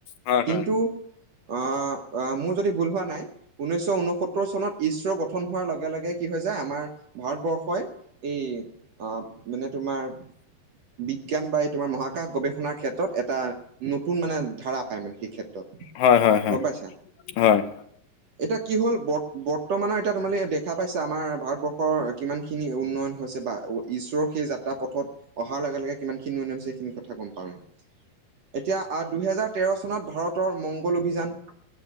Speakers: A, on the left; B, on the right.
A: হয়
B: কিন্তু
A: হয় হয়
B: অ মোৰ যদি ভুল হোৱা নাই ঊনৈশ ঊনসত্তৰ চনত ইছৰ গঠন হোৱাৰ লগে লগে কি হৈ যায় আমাৰ ভাৰতবৰ্ষই এই আহ মানে তোমাৰ বিজ্ঞান বা এই তোমাৰ মহাকাশ গৱেষণাৰ ক্ষেত্ৰত এটা নতুন মানে ধাৰা পায় মানে সেই ক্ষেত্ৰত
A: হয় হয় হয়
B: গম পাইছা।
A: হয়
B: এতিয়া কি হ'ল বৰ বৰ্তমানৰ এতিয়া তোমালোকে দেখা পাইছে আমাৰ ভাৰতবৰ্ষৰ কিমানখিনি উন্নয়ন হৈছে বা ঈশ্বৰৰ সেই যাত্ৰা পথত অহাৰ লগে লগে কিমানখিনি উন্নয়ন হৈছে সেইখিনি কথা গম পাওৱে এতিয়া দুহেজাৰ তেৰ চনত ভাৰতৰ মংগল অভিযান